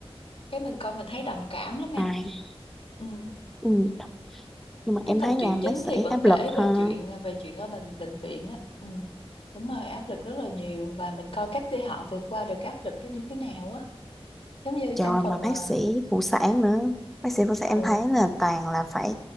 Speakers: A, on the left; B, in the centre.
A: cái mình coi mình thấy đồng cảm lắm em
B: ai.
A: ừ.
B: Ừ. Nhưng mà
A: cái
B: em
A: câu
B: thấy
A: chuyện
B: làm
A: chính
B: bác sĩ
A: thì vẫn
B: áp
A: kể
B: lực ha.
A: về chuyện ờ, về chuyện ở bệnh bệnh viện á ừ. đúng rồi áp lực rất là nhiều và mình coi cách để họ vượt qua được cái áp lực đó như thế nào á giống như
B: Trời
A: trong phần
B: mà bác
A: ờ,
B: sĩ phụ sản nữa Bác sĩ phụ sản
A: ừ,
B: em thấy là toàn là phải